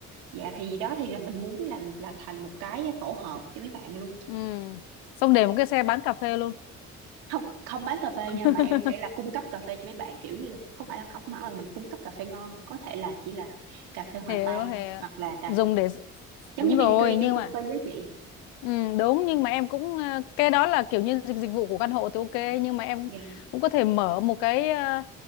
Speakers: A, on the right; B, on the left.
A: dạ thì đó thì là mình muốn là là thành một cái tổ hợp cho mấy bạn luôn
B: ừ xong để một cái xe bán cà phê luôn
A: không không bán cà phê nha
B: <laughs>
A: mà em sẽ là cung cấp cà phê cho mấy bạn kiểu như là không phải là không hẳn là mình cung cấp cà phê ngon có thể là chỉ là cà phê hòa
B: hiểu
A: tan
B: hiểu
A: hoặc là cà
B: dùng để
A: giống
B: đúng
A: như
B: rồi
A: pantry
B: nhưng
A: trong công
B: mà
A: ty với chị
B: ừ, đúng nhưng mà em cũng ờ, cái đó là kiểu như dịch dịch vụ của căn hộ thì ok nhưng mà em
A: dạ
B: cũng có thể mở một cái ờ,